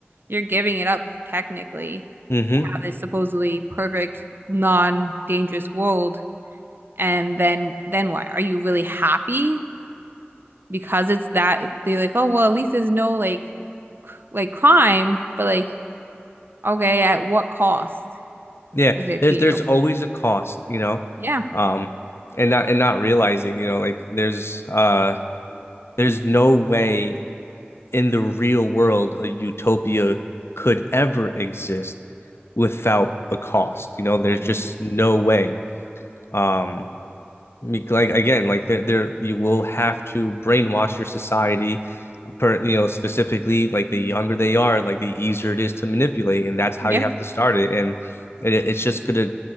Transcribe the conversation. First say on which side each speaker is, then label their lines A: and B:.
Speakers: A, on the right; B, on the left.
A: You're giving it up technically
B: hmm
A: to have this supposedly perfect, non-dangerous world, and then then why Are you really happy because it's that they're like, oh well, at least there's no like like crime, but like okay, at what cost
B: Yeah.
A: is it
B: There's
A: to you?
B: there's always a cost, you know.
A: Yeah.
B: Um, and not and not realizing, you know, like there's uh there's no way in the real world a utopia could ever exist without a cost. You know, there's
A: Mhm.
B: just no way. Um, like again like there, there you will have to brainwash your society per you know specifically like the younger they are like the easier it is to manipulate and that's how
A: Yep.
B: you have to start it and it, it's just gonna